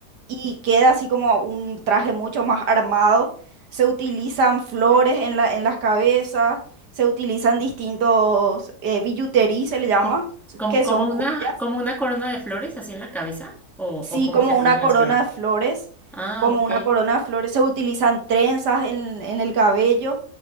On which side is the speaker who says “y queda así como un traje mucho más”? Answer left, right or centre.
Right